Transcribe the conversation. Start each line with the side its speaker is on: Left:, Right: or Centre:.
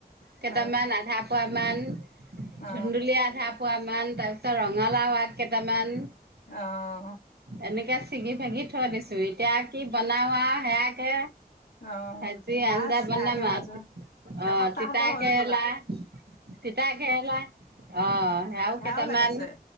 Right: কেইটামান
Left: অ
Right: আধা। মান
Left: অ
Right: ধুন্দুলিয়ীয়া আধা পোৱা তাৰপিছত ৰঙালাও আগ কেইটামান।
Left: অহ
Right: এনেকে চিগি-ভাগি থৈ দিছো এতিয়া কি বনাও আৰু সেয়াকে।
Left: অ
Right: আজি
Left: ভাজ
Right: আঞ্জা
Left: সেয়াকে
Right: বনাম অহ
Left: ভাজা এসপ্তাহ
Right: তিতা
Left: হলে হৈ
Right: কেৰেলা,
Left: গ'ল আও
Right: তিতা কেৰেলালা অ', আৰু
Left: সেৱাও
Right: কেইটামান
Left: লাগিছে